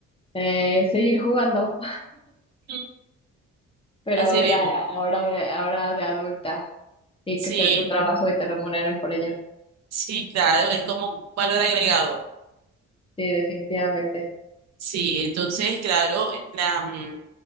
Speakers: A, on the left; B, on the right.
A: eh, seguir jugando,
B: Mm.
A: <laughs> pero
B: Así
A: ahora,
B: mismo,
A: ahora, de- ahora de adulta y
B: sí,
A: que sea tu trabajo y te remuneren por ello.
B: sí, claro, es como un valor agregado.
A: Sí, definitivamente.
B: Sí, entonces, claro, la, mm,